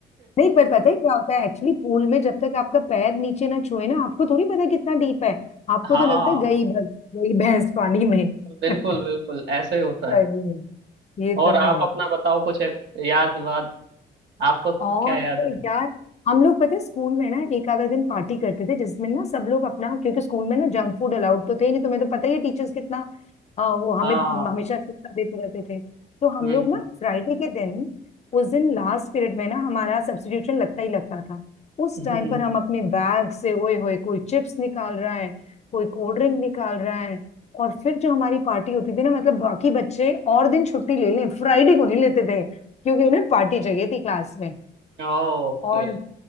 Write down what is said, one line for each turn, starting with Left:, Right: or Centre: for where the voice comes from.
Left: नहीं पर पता है क्या होता है एक्चुअली पूल में जब तक आपका पैर नीचे ना छुए ना आपको थोड़ी पता कितना डीप है आपको
Right: <laughs> हाँ
Left: तो लगता है गई बस गई भैंस पानी में
Right: बिल्कुल
Left: <laughs>
Right: बिल्कुल ऐसे ही होता
Left: सही
Right: है
Left: में ये
Right: और
Left: तो
Right: आप
Left: है
Right: अपना बताओ कुछ एक- याद वाद आपको क्या
Left: और
Right: याद
Left: तो
Right: रहे
Left: यार हम लोग पता है स्कूल में ना एक आधा दिन पार्टी करते थे जिसमें ना सब लोग अपना क्योंकि स्कूल में ना जंक फूड अलाउड तो थे ही नहीं तुम्हें तो पता ही है टीचर्स कितना अ, वो हमें
Right: हाँ
Left: हमेशा शिक्षा देते रहते थे तो हम
Right: हम्म
Left: लोग
Right: हम्म
Left: ना फ्राइडे के दिन उस दिन लास्ट पीरियड में ना हमारा सब्स्टिट्यूशन लगता ही लगता था उस
Right: हम्म,
Left: टाइम पर हम अपने बैग से ओए होए कोई चिप्स निकाल रहा है कोई कोल्ड ड्रिंक निकाल रहा है और फिर जो हमारी पार्टी होती थी ना मतलब बाकी बच्चे और दिन छुट्टी ले लें फ्राइडे को नहीं लेते थे क्योंकि उन्हें पार्टी चाहिए थी क्लास में
Right: ओके
Left: और